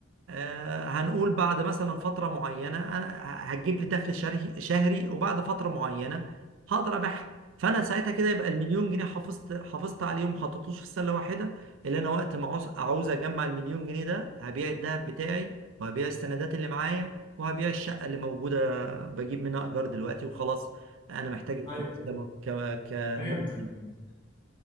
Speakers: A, on the right; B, on the left.
A: آه، هنقول بعد مثلا فترة معينة أنا ه- هتجيب لي دخل شهري شهري وبعد فترة معينة هقدر أبيعها فأنا ساعتها كده يبقى المليون جنيه حافظت حافظت عليهم ما حطيتوش في سلة واحدة اللي أنا وقت ما عاوز عاوز أجمع المليون جنيه ده هبيع الذهب بتاعي وهبيع السندات اللي معايا وهبيع الشقة اللي موجودة بجيب منها إيجار دلوقتي وخلاص أنا محتاج الفلوس
B: ايوه أيوة.
A: ده ك- كمجمل
B: فهمتك فهمتك